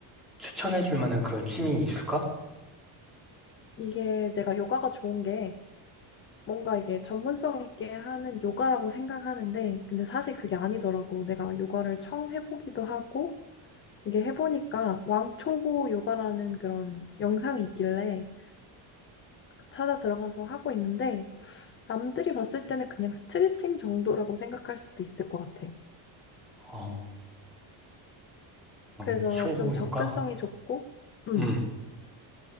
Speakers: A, in the centre; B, on the left.
A: 추천해 줄 만한 그런 취미 있을까?
B: 이게 내가 요가가 좋은 게 뭔가 이게 전문성 있게 하는 요가라고 생각하는데, 근데 사실 그게 아니더라고. 내가 요가를 처음 해보기도 하고, 이게 해보니까 왕초보 요가라는 그런 영상이 있길래 찾아 들어가서 하고 있는데 남들이 봤을 때는 그냥 스트레칭 정도라고 생각할 수도 있을 것 같아.
A: 어, 왕초보
B: 그래서 좀 접근성이
A: 요가.
B: 좋고, 음.
A: 음,